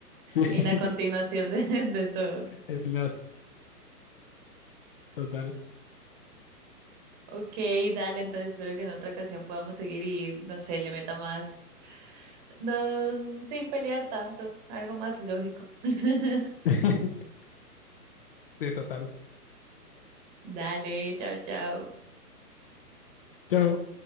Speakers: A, on the left; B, on the right.
A: Sí, <laughs>
B: y la continuación <laughs> de de todo.
A: enlace, total.
B: Ok, dale, entonces espero que en otra ocasión podamos seguir y, no sé, le meta más, no, sin pelear tanto, algo más lógico. <laughs>
A: <laughs> Sí, total.
B: Dale, chao, chao.
A: Chao.